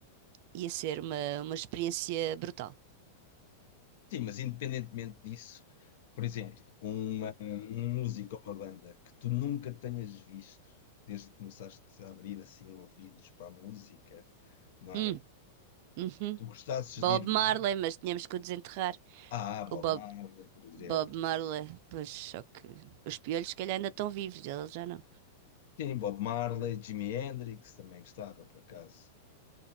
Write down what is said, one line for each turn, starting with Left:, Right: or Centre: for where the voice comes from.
Right: Ia ser uma, uma experiência brutal.
Left: Sim, mas independentemente disso, por exemplo, uma, um músico ou uma banda que tu nunca tenhas visto desde que começaste a abrir assim ouvidos para a música, não
Right: Hum,
Left: é?
Right: uhum.
Left: Que tu gostasses
Right: Bob
Left: de ir
Right: Marley,
Left: ver.
Right: mas tínhamos que o desenterrar.
Left: Ah, Bob
Right: O Bob,
Left: Marley, por exemplo.
Right: Bob Marley, pois só que os piolhos se calhar ainda estão vivos, eles já não.
Left: Sim, Bob Marley, Jimi Hendrix também gostava, por acaso.